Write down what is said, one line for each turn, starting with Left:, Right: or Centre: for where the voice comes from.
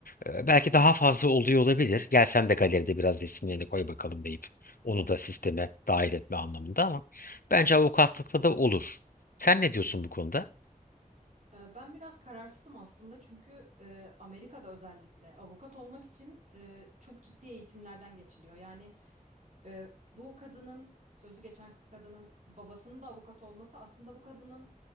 Left: Ee, belki daha fazla oluyor olabilir. Gel sen de galeride biraz resimlerini koy bakalım deyip onu da sisteme dahil etme anlamında ama bence avukatlıkta da olur. Sen ne diyorsun bu konuda?
Right: Ee, ben biraz kararsızım aslında çünkü e, Amerika'da özellikle avukat olmak için e, çok ciddi eğitimlerden geçiliyor. Yani e, bu kadının sözü geçen kadının babasının da avukat olması aslında bu kadının